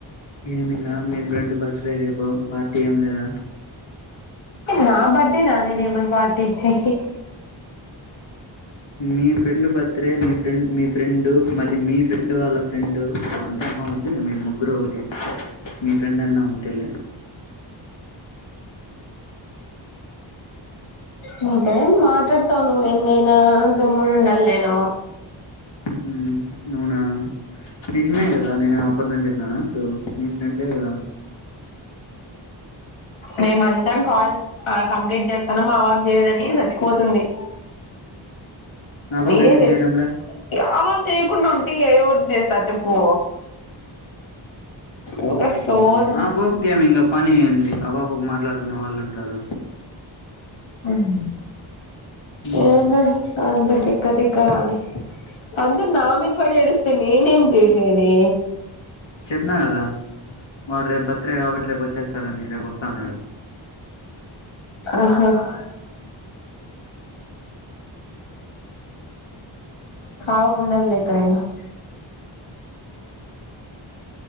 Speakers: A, on the left; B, on the left.
A: ఏమింగా మీ ఫ్రెండ్ బర్త్డే రేపు పార్టీ ఏం లేదా?
B: నా బర్డే నా నేనేమన్ పార్టీ ఇచ్చేకి
A: మీ ఫ్రెండ్ బర్త్డే మీ ఫ్రెం మీ ఫ్రెండ్ మళ్ళీ మీ ఫ్రెండ్ వాళ్ళ ఫ్రెండ్ అంత ఆ వద్దులే మీరు ముగ్గురు ఒకటే మీ ఫ్రెండ్ అన్న ఒకటేలే.
B: నీకేం మాట్లాడతావు నువ్వు ఎన్నైనా గమ్మునుండాలి నేను
A: ఉహు అవునా నిజమే కదా నేనేం ఆపద్దం చెప్పిననా ఇప్పుడు మీ ఫ్రెండే కదా!
B: మేమ అంతరం కాల్ కంప్లీట్ జేత్తనం మావాబ్ చేయదని చచ్చిపోతుంది.
A: ఆ పాప
B: మీరే
A: ఎందుకు
B: తెచ్చ్
A: చేయడంలే
B: ఆబుబ్ చేయకుండా ఉంటే ఎవరు చేస్తారు చెప్పు
A: ఓహో
B: ఇంకా
A: అట్లానా
B: సోది
A: ఆ పాప కే మైంద్ అప్ పోనియండి ఆ పాపకు మాట్లాడుకునే వాళ్ళు ఉంటారు.
B: ఉమ్
A: ఉమ్
B: ఏందో అంటది. తిక్కతిక్క అని అందరు నా మీద పడి ఏడుస్తే నేనేం చేసేది.
A: చెప్పిన కదా. వాడు రేపు బర్త్డే కాబట్టి రేపు వచ్చేస్తాడని రేపు వస్తాన్నాడు
B: ఆహా హ్ హావా పుండదిల ఎక్కడైనా <inaudible>